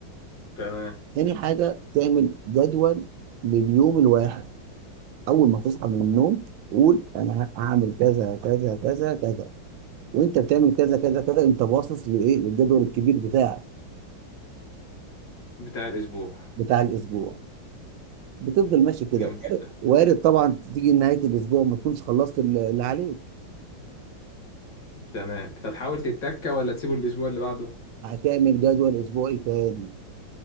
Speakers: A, on the left (about 60°); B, on the right (about 75°).
A: تمام
B: تاني حاجه تعمل جدول لليوم الواحد اول ما تصحى من النوم قول انا هعمل كذا كذا كذا كذا وانت بتعمل كذا كذا كذا انت باصص لايه للجدول الكبير بتاعك
A: بتاع الاسبوع
B: بتاع الاسبوع بتفضل ماشي كده
A: جامد جدا
B: وارد طبعا تيجي نهايه الاسبوع ما تكونش خلصت ال- اللي عليك
A: تمام فتحاول تتكة ولا تسيبه الاسبوع اللي بعده
B: هتعمل جدول اسبوعي تاني